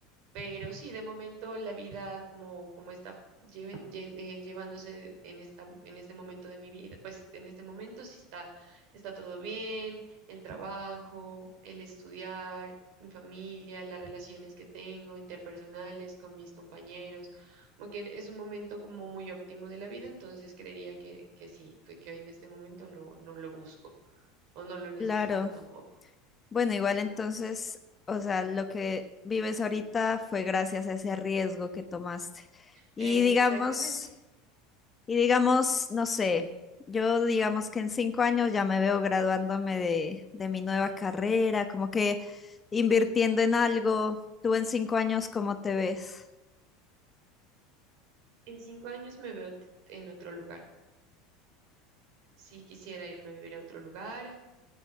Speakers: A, on the right (about 60°); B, on the left (about 25°).
A: Pero sí, de momento la vida como, como está lleven- llen- eh, llevándose en esta, en este momento de mi vida, pues en este momento sí está, está todo bien, el trabajo, el estudiar, mi familia, las relaciones que tengo interpersonales con mis compañeros, como que es un momento como muy óptimo de la vida, entonces creería que, que sí, que que hoy en este momento no, no lo busco o no lo necesito
B: Claro.
A: tampoco.
B: Bueno, igual entonces, o sea, lo que vives ahorita fue gracias a ese riesgo que tomaste. Y
A: Eh,
B: digamos,
A: exactamente.
B: y digamos, no sé, yo digamos que en cinco años ya me veo graduándome de, de mi nueva carrera, como que invirtiendo en algo. ¿Tú en cinco años cómo te ves?
A: En cinco años me veo t- en otro lugar. si quisiera irme a vivir a otro lugar,